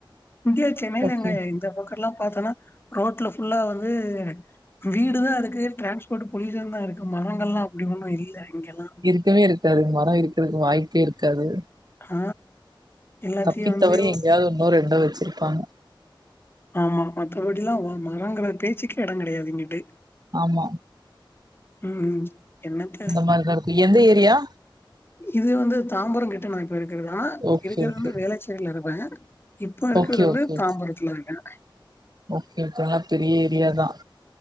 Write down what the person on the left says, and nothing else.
இங்கே சென்னைல
எங்க இந்த பக் கட்ல்லா பாத்தென ரோட்ல ஃபுல்லா வந்து வீடு தா அதுக்கு டிரான்ஸ் போட்டு பொலியூசன் தா இருக்கு மரங்கள்ல்லா அப்டி ஒண்ணு இல்ல இங்கெல்லா
ஆ எல்லாத்தையு
வந்து
ஆமா மத்தபடி எல்லாம் ஒரு மரொங்கிற பேச்சுக்கே எடம் கெடையாது இங்கிட்டு
ம் என்னத்த
இது வந்து தாம்பரோங் கிட்ட நான் இப்ப இருக்கிறதா
இருக்கிறது
வந்து வேளச்சேரியில இருப்பேன் இப்போ இருக்கிறது
வந்து
தாம்பரத்துல இருக்கேன்